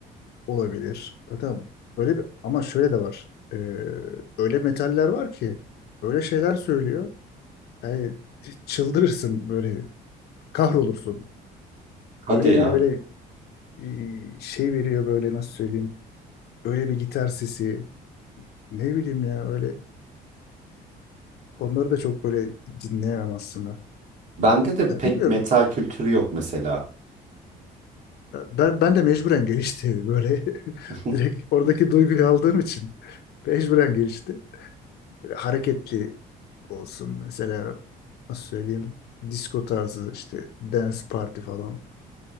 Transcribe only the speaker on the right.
Hadi
ya.
Bende de
pek
meta kültürü yok mesela.
<laughs>